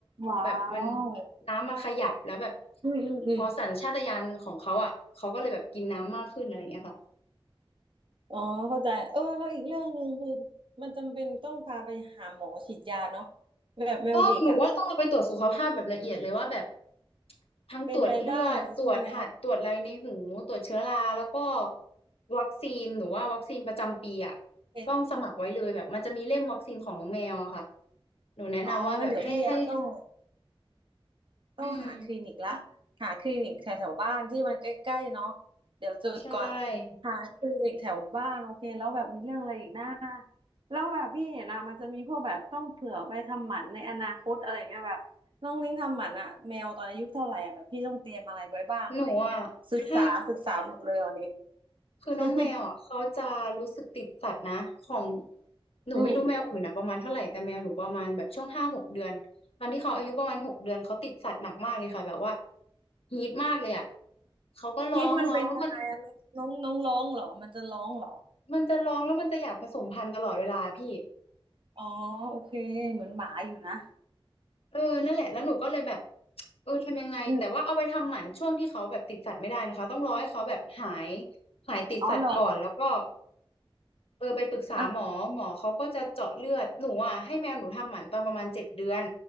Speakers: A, on the right; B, on the left.
A: ว้า
B: แบบมัน
A: ว
B: น้ำมาขยับแล้วแบบ
A: อืมอืมอืม
B: พอสัญชาตญาณของเขาอ่ะเขาก็เลยแบบกินน้ำมากขึ้นอะไรเงี้ยค่ะ
A: อ๋อเข้าใจเออแล้วอีกเรื่องหนึ่งคือมันจำเป็นต้องพาไปหาหมอฉีดยาเนาะแบบแมวเด็กอ่ะ
B: ต้องหนูว่าต้องเราไปตรวจสุขภาพแบบละเอียดเลยว่าแบบทั้งตรวจเลือดตรวจหัดตรวจอะไรในหูตรวจเชื้อราแล้วก็
A: เป็นอะไรบ้างใช่ไหม
B: วัคซีนหนูว่าวัคซีนประจำปีอ่ะ
A: เป็น
B: ต้องสมัครไว้เลยแบบมันจะมีเล่มวัคซีนของน้องแมวอะค่ะหนูแนะนำว่าแบบให้ให้
A: อ๋องั้นเดี๋ยวพี่อะต้อง ต้องหาคลินิกละ
B: อืม
A: หาคลินิกแถวแถวบ้านที่มันใกล้ๆเนาะเดี๋ยวจดก่อน
B: ใช่
A: หาคลินิกแถวบ้านโอเคแล้วแบบมีเรื่องอะไรอีกนะแล้วแบบพี่เห็นอะมันจะมีพวกแบบต้องเผื่อไปทำหมันในอนาคตอะไรอย่างเงี้ยแบบน้องนิ้งทำหมันอะแมวตอนอายุเท่าไหร่อะแบบพี่ต้องเตรียมอะไรไว้บ้างอะไรอย่างเงี้ยศึกษาศึกษาหมดเลยวันนี้
B: หนูอ่ะให้
A: <laughs>
B: คือน้องแมวอ่ะเขาจะรู้สึกติดสัตว์นะของหนูไม่รู้แมวอื่นอ่ะประมาณเท่าไหร่แต่แมวหนูประมาณแบบช่วงห้าหกเดือนตอนที่เขาอายุประมาณหกเดือนเขาติดสัตว์หนักมากเลยค่ะแบบว่า
A: อืม
B: ฮีทมากเลยอ่ะเขาก็ร้องร้องแล้วมัน
A: พิษมันเป็นยังไงอะน้องน้องร้องเหรอมันจะร้องเหรอ
B: มันจะร้องแล้วมันจะอยากผสมพันธุ์ตลอดเวลาพี่
A: อ๋อโอเคเหมือนหมาอยู่นะ
B: เออนั่นแหละแล้วหนูก็เลยแบบเออทำยังไงแต่ว่าเอาไปทำหมันช่วงที่เขาแบบติดสัตว์ไม่ได้นะคะต้องรอให้เขาแบบหาย
A: อืม
B: หายติดสัตว์ก่อนแล้วก็
A: อ๋อเหรอ
B: เออไปปรึกษาหมอหมอเขาก็จะเจาะเลือดหนูอ่ะให้แมวหนูทำหมันตอนประมาณเจ็ดเดือน
A: อ่ะ